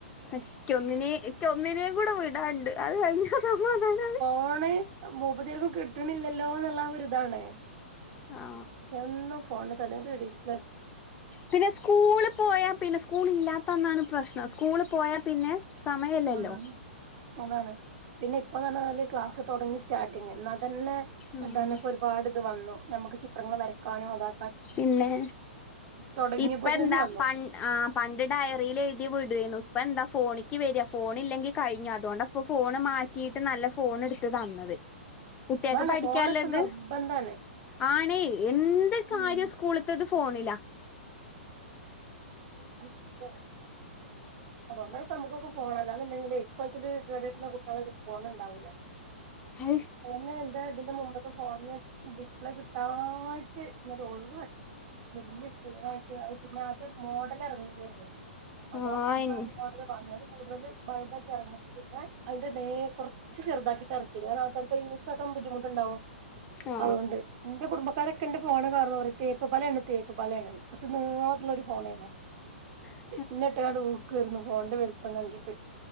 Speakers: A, on the left; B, on the right.
A: അശ് ക്കൊന്നിനേ ക്കൊന്നിനെ കൂടെ വിടാണ്ട് അത് കഴിഞ്ഞ സമാധാനായി
B: ഫോണ് മൂപ്പത്യാർക്കും കിട്ട്ണില്ലല്ലോ എന്നുള്ള ഒരു ഇതാണ്
A: ആ
B: എന്നും ഫോണിന് തല്ല ന്റെ ഡിസ്
A: പിന്നെ സ്കൂള് പോയാ പിന്നെ സ്കൂൾ ഇല്ലാത്തന്നാണ് പ്രശ്നം സ്കൂള് പോയാ പിന്നെ സമയല്ലല്ലോ
B: ഉം അതാണ് പിന്നെ ഇപ്പൊന്ന് പറഞ്ഞ നൽ ക്ലാസ് തൊടങ്ങിയ സ്റ്റാർട്ടിങ്ങ് ന്നാ തന്നെ
A: ഉം
B: എന്താണ് ഇപ്പൊ ഒരുപാട് ഇത് വന്നു നമുക്ക് ചിത്രങ്ങൾ വരക്കാനോ താ
A: പിന്നെ
B: തുടങ്ങിയപ്പോത്തന്നെ
A: ഇപ്പ എന്താ
B: വന്നു
A: പൺ ആ പണ്ട് ഡയറിൽ എഴുതി വിടു ഏനി ഇപ്പ എന്താ ഫോണിക്ക് വരിക ഫോൺ ഇല്ലെങ്കി കഴിഞ്ഞു അതുകൊണ്ടപ്പോ ഫോണ് മാറ്റിയിട്ട് നല്ല ഫോണ് ഇട്ത്ത് തന്നത് കുട്ടിയേക്
B: അതാണ്
A: പഠിക്കല്ലത്
B: ഫോണിപ്പ നിർബന്ധാണ്
A: ആണേ എന്ത് കാര്യം
B: ഉം
A: സ്കൂള്ത്തത് ഫോണില
B: അത്ശരിയാ അതോണ്ടാണ് നമക്കൊക്കെ ഫോൺ അല്ലാന്ന്ണ്ടെങ്കിലെ ഇക്കോലത്തിൽ കേടര്ത് ണ കുട്ട്യാളട് ത് ഫോണ് ണ്ടാവൂല
A: ഹൈ,
B: ഏ ഇതിന്റെ മുമ്പത്തെ ഫോണിന് ഡിസ്പ്ലേ കിട്ടായിട്ട് ഇത് <unintelligible> മാറ്റി വല്യ സ്പീഡായിട്ട് പിന്നെ അത് മോഡ ലെറങ്ങിതേനി അപ്പൊ
A: ആ
B: അതിന്റെ
A: ഇൻ-
B: മോഡൽ കാണും അതിന്റെ കൂടുതൽ വഴുതാക്കി ഇറങ്ങിട്ട പിന്നെ അതിന്റെ ദേ കുറച്ച് ചെറുതാക്കിട്ട് എർ പിന്നെ ആൾക്കാർക്ക് യൂസ് ആക്കാൻ ബുദ്ധിമുട്ടുണ്ടാവും
A: ആ
B: അതുകൊണ്ട് ന്റെ കുടുംബക്കാരൊ ക്കെന്റെ ഫോണ് കാണുമ്പം പറിം ഒ തേപ്പ് പലയാണ് തേപ്പ് പലയാണ് കൊറച്ച് നീളത്തില്ള്ള ഒരു ഫോണേന്നു
A: ഏ
B: ഇന്നെട്ട്കാണ്ട് ഊക്കേര്ന്നു ഫോണിന്റെ വല്പ്പം കണ്ടിട്ട്